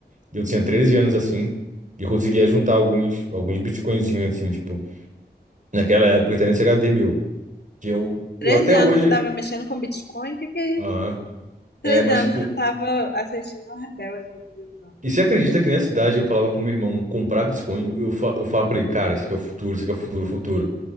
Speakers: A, on the right (about 45°); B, on the left (about 75°).
A: E eu
B: Uhum.
A: tinha 13 anos assim. E eu conseguia juntar alguns, alguns Bitcoinzinhos assim, tipo, naquela época, tá nesse HD meu. Que eu,
B: 13
A: eu até
B: anos
A: hoje.
B: você estava mexendo com Bitcoin? O que que é
A: Aham.
B: isso? 13
A: É, mas
B: anos
A: tipo.
B: você estava assistindo a Rebelde na televisão.
A: E você acredita que nessa idade eu falava pro meu irmão comprar Bitcoin? Eu, fa eu falava pra ele, cara, isso aqui é o futuro, isso aqui é o futuro, o futuro.